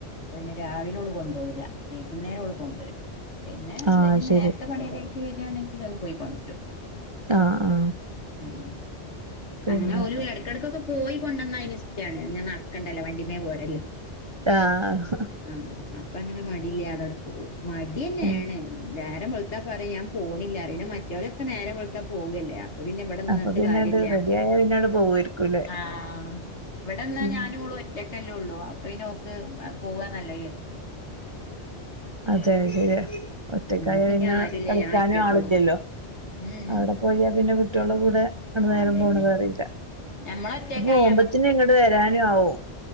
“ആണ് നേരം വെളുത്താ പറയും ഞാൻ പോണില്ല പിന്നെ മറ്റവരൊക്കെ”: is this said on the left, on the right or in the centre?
Left